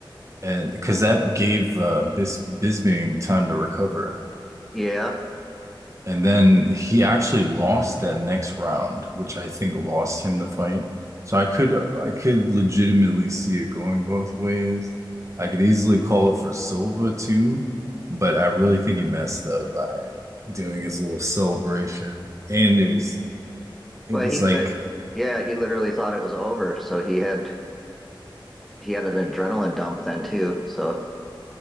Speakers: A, on the right; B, in the centre.
A: and because that gave uh Bis Bisbing time to recover.
B: Yeah,
A: And then he actually lost that next round, which I think lost him the fight. So I could I could legitimately see it going both ways. I could easily call it for Silva too, but I really think he messed up by doing his little celebration. And it was it
B: but
A: was
B: he,
A: like
B: li- yeah, he literally thought it was over. So he had he had an adrenaline dump then too. So